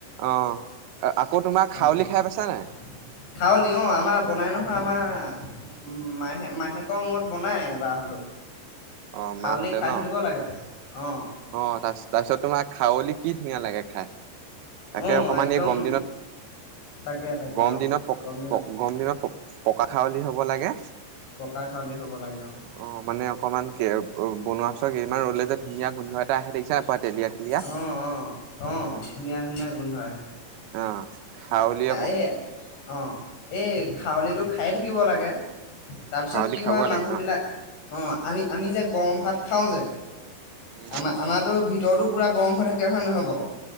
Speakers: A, on the right (about 80°); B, on the left (about 75°).
A: অ', <inaudible> তোমাৰ খাৱলি
B: অ'
A: খাই পাইছা নাই
B: খাৱলি অ' আমাৰ বনাই নহয় আমাৰ উম, বমাহে-মাহেকৰ মূৰত বনাই এবাৰ হলেও।
A: অ'
B: খাৱলি
A: মাহতে
B: খাই
A: ন
B: থাকিব লাগে অ
A: অ' তা-তাৰপিছত তোমাৰ খাৱলী কি ধুনীয়া লাগে খাই। তাকে
B: অ
A: অকমান
B: একদম
A: এই গম দিনত,
B: তাকে তাকে
A: গম
B: অ
A: দিনত,
B: গম দিনত
A: প গম দিনত। পকা খাৱলি হ'ব লাগে।
B: পকা খাৱলি হ'ব লাগে আ,
A: অ মানে অকমান কে বনোৱা ইমান ৰ'লে যে ধুনীয়া গোধ এটা আহে দেখিছা, তেলীয়া তেলীয়া।
B: অ-অ-অ
A: অ
B: ধুনীয়া-ধুনীয়া গোন্ধই।
A: অ' খাউলী
B: এই অ, এই খাৱলিটো খাইয়ে থাকিব লাগে। তাৰপিছত
A: খাৱলী
B: কি
A: খাব
B: হয় মানুহবিলাক
A: লাগে অ',
B: অ, আমি-আমি যে গৰম ভাত খাও যে।
A: উম
B: আমাৰ আমাতো ভিতৰতো পুৰা গৰম হৈ থাকে হয় ন নহয় বাৰু।